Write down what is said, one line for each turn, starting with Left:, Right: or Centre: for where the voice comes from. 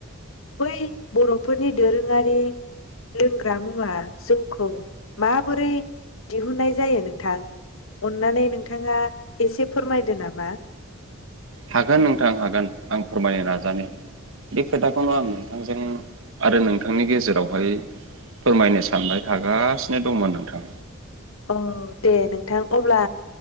Left: बै बर'फोरनि दोरोङारि लोंग्रा मुवा जौखौ माबोरै दिहुनाय जायो नोंथां अननानै नोंथाङा एसे फोरमायदो नामा
Right: हागोन नोंथां हागोन आं फोरमायनो नाजानि बे खोथाखौनो आं नोंथांजों आरो नोंथांनि गेजेरावहाय फोरमायनो सानबाय थागासिनो दंमोन नोंथां
Left: औ दे नोंथां अब्ला